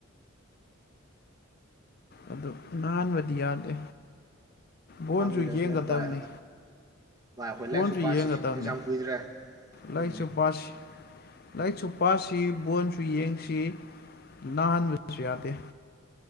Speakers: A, on the left; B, on the right.
A: ꯑꯗꯨ ꯅꯥꯍꯟꯕꯗꯤ ꯌꯥꯗꯦ ꯕꯣꯟꯖꯨ
B: ꯉꯥꯝꯕꯗꯤ ꯅꯠꯇꯦ
A: ꯌꯦꯡꯒꯗꯝꯅꯤ
B: ꯚꯥꯏ ꯚꯥꯏ ꯑꯩꯈꯣꯏ ꯂꯥꯏꯔꯤꯛꯁꯨ
A: ꯐꯣꯟꯁꯨ
B: ꯄꯥꯁꯤ
A: ꯌꯦꯡꯒꯗꯕꯅꯦ
B: ꯑꯦꯛꯖꯥꯝ ꯀꯨꯏꯗ꯭ꯔꯦ
A: ꯂꯥꯏꯔꯤꯛꯁꯨ
B: ꯎꯝ
A: ꯄꯁꯤ ꯂꯥꯏꯔꯤꯛꯁꯨ ꯄꯥꯁꯤ ꯕꯣꯟꯁꯨ ꯌꯦꯡꯁꯤ ꯅꯥꯍꯟꯕꯁꯨ ꯌꯥꯗꯦ